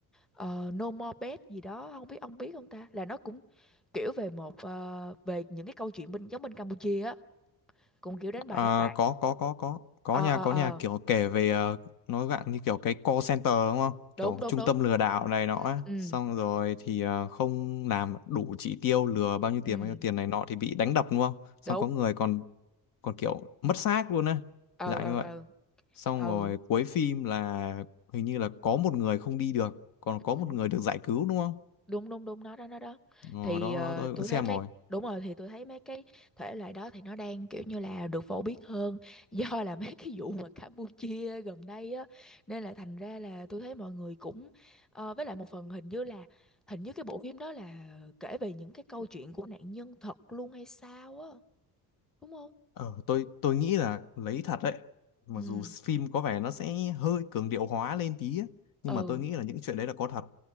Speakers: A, in the centre; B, on the left (about 55°).
A: ờ, No More Bet gì đó không biết ông biết không ta là nó cũng kiểu về một ờ, về những cái câu chuyện bên giống bên Campuchia á cũng kiểu đánh
B: À,
A: bài đánh bạc
B: có có có có có
A: ờ
B: nha
A: ờ
B: có
A: ờ
B: nhà kiểu kể về ờ, nói bạn như kiểu cái call center đúng không
A: đúng
B: kiểu
A: đúng
B: trung
A: đúng
B: tâm lừa đảo này nọ
A: ừ
B: á.
A: ừ
B: xong rồi thì ờ, không làm đủ chỉ tiêu lừa bao nhiêu
A: ừ,
B: tiền bao nhiêu tiền này nọ thì bị đánh đập đúng không xong
A: đúng
B: có người còn còn kiểu mất xác luôn á
A: ờ
B: dạng
A: ờ
B: như vậy
A: ờ
B: xong
A: ờ
B: rồi cuối phim là hình như là có một người không đi được còn
A: ừ.
B: có một người được giải cứu đúng không
A: đúng đúng đúng nó đó nó đó
B: ờ,
A: thì
B: đó
A: ờ,
B: đó tôi
A: tôi
B: cũng xem
A: thấy mấy
B: rồi
A: đúng rồi thì tôi thấy mấy cái thể loại đó thì nó đang kiểu như là được phổ biến hơn <laughs> do là mấy cái vụ mà Campuchia gần đây á nên là thành ra là tôi thấy mọi người cũng ờ, với lại một phần hình như là hình như cái bộ phim đó là kể về những cái câu chuyện của nạn nhân thật luôn hay sao á đúng không
B: Ờ, tôi tôi nghĩ là lấy thật đấy mặc
A: ừ
B: dù phim có vẻ nó sẽ hơi cường điệu hóa lên tí á, nhưng
A: ừ
B: mà tôi nghĩ là những chuyện đấy là có thật